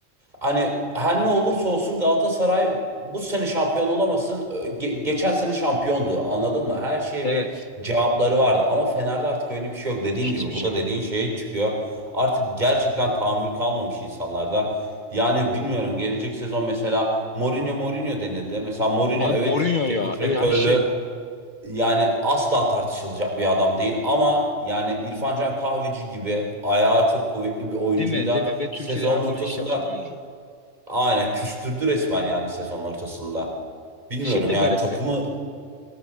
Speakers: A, on the right; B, on the left.
A: Hani her ne olursa olsun Galatasaray bu sene şampiyon olamasın. Ge- geçen sene şampiyondu. Anladın mı? Her şeye
B: Evet.
A: bir cevapları vardı. Ama Fener'de artık öyle bir şey yok. Dediğin
B: Hiçbir
A: gibi
B: şey
A: bu da
B: yok.
A: dediğin şeye çıkıyor. Artık gerçekten tahammül kalmamış insanlarda. Yani bilmiyorum gelecek sezon mesela Mourinho Mourinho denildi. Mesela Mourinho
B: Abi
A: evet
B: Mourinho ya.
A: teknik direktörlüğü
B: Evet hani şey
A: yani asla tartışılacak bir adam değil ama yani İrfan Can Kahveci gibi ayağı çok kuvvetli bir oyuncuyu
B: değil mi
A: da
B: değil mi? Ve Türkiye'de
A: sezonun
B: her
A: ortasında
B: zaman iş yapacak oyuncu.
A: Aynen küstürdü resmen yani sezon ortasında. Bilmiyorum
B: Şey de
A: yani
B: garip
A: takımı
B: be.